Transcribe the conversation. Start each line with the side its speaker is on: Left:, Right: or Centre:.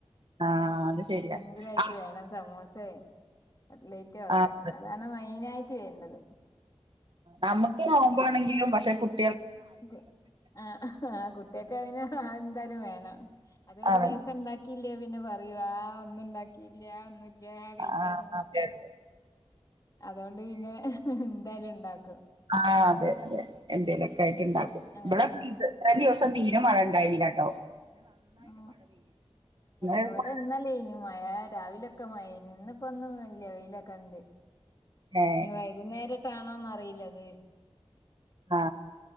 Right: ആ, അത് ശരിയാ
Left: എന്തെങ്കിലും ആയിട്ട്
Right: ആ,
Left: വേണം സമൂ സേ കട്ലേറ്റോ
Right: ആ, അത്
Left: അതാണ് മെയിനായിട് വേണ്ടത്
Right: നമുക്ക് നോമ്പാണെങ്കിലും പക്ഷെ കുട്ട്
Left: കുട്ട് ആ ആ കുട്ടിയക്കെ ഐന് ആ എന്ത വേണം അതൊരു
Right: അതെ
Left: ദിവസം ണ്ടാക്കില്ലെ പിന്നെ പറയും ആ ഒന്നും ണ്ടാക്കില്ല ഒന്നു ൽ ല്യ കഴിക്കാനൊന്നൂല്യ
Right: ആ, അതെ അതെ
Left: അതൊണ്ട് പിന്നെ താല ഉണ്ടാക്കും
Right: ആ അതെ അതെ എന്തേലൊക്കെ ആയിട്ട് ഉണ്ടാക്കും
Left: ആ
Right: ഇബടെ <unintelligible> ദിവസ തീരെ മഴ ഉണ്ടായില്ലാ ട്ടോ
Left: ആ
Right: ഇന്ന്
Left: എവിടെ ഇന്നല്ലേ ഇനു മയ രാവിലൊക്കെ മയി നിന്നിപ്പോ ഒന്നും ലവയിലൊക്കെ ഉണ്ട്
Right: ഏ
Left: വൈകുന്നേര ഇാണോന്ന് അറിയില്ലത്
Right: ആ